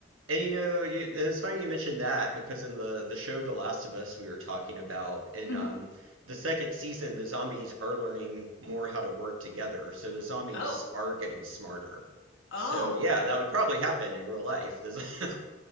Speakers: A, on the right; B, on the left.
A: And you know, you, and it's funny you mentioned that because in the the show The Last of Us, we were talking about in
B: hmm
A: um the second season, the zombies are learning more how to work together, so the zombies
B: Oh,
A: are getting smarter.
B: oh,
A: So yeah, that would probably happen in real life. The z-